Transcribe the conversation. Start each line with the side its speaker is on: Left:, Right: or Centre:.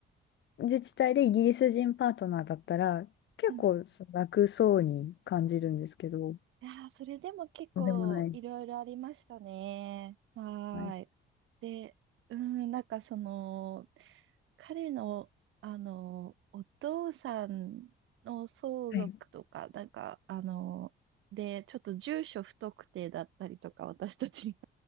Left: 自治体でイギリス人パートナーだったら、結構その楽そうに感じるんですけど、
Right: <laughs> うん。いやー、それでも結構いろいろありましたね。
Left: そうでもない。
Right: はーい。
Left: はい。
Right: で、うん、なんかその、彼の、あの、お父さんの相続とか、
Left: はい。
Right: なんか、あの、で、ちょっと住所不特定だったりとか、私たち